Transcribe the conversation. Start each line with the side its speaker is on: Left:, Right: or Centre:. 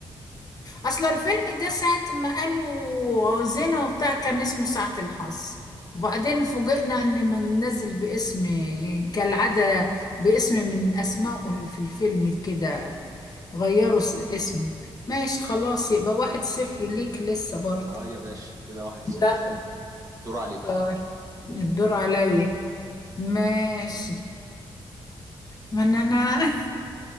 Left: اصل الفيلم ده ساعة ما قالوا زينة وبتاع كان اسمه ساعة الحظ وبعدين فوجئنا ان منزل باسم كالعادة باسم من اسمائه في الفيلم كده غيروا اس- اسمه ماشي خلاص يبقى واحد صفر ليك لسه برضه
Right: اه يا باشا كده واحد صفر
Left: لا
Right: دور عليكي
Left: آه، الدور عليا ماشي ما انا أنا <laughs>